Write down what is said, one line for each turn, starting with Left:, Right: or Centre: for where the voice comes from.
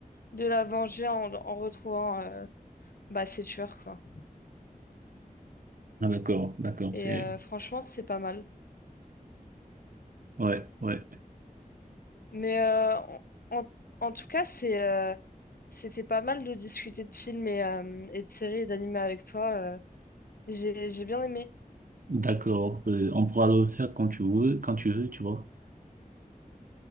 Left: de la venger en, en retrouvant euh, bah, ses tueurs, quoi.
Right: Ah d'accord, d'accord.
Left: Et
Right: C'est
Left: euh, franchement, c'est pas mal.
Right: ouais, ouais.
Left: Mais euh, en, en- en tout cas, c'est, euh, c'était pas mal de discuter de films et, euh, et de séries et d'animés avec toi. euh. j'ai, j'ai bien aimé.
Right: D'accord. Euh, on pourra le faire quand tu veux, quand tu veux, tu vois.